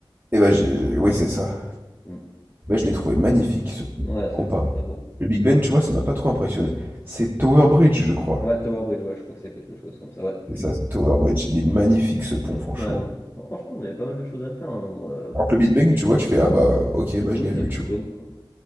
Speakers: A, on the right; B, on the left.
A: Et bah j'ai, j'ai- ouais c'est ça.
B: Mm.
A: Bah, je l'ai trouvé magnifique ce pont,
B: Ouais, ça,
A: comparé.
B: que c'était très beau.
A: Le Big Ben, tu vois, ça m'a pas trop impressionné. C'est Tower Bridge, je crois.
B: Ouais, Tower Bridge, ouais, je crois que c'est quelque chose comme ça. Ouais,
A: C'est
B: pile.
A: ça, c'est Tower Bridge. Il est magnifique ce pont, franchement.
B: Ouais, non, fran- non, franchement, on avait pas mal de choses à faire hein, à Londres. euh,
A: Alors que le Big Ben, tu vois, tu fais ah bah ok, bah
B: Oui,
A: je l'ai
B: t'as
A: vu,
B: vu
A: tu
B: Big
A: vois.
B: Ben, quoi.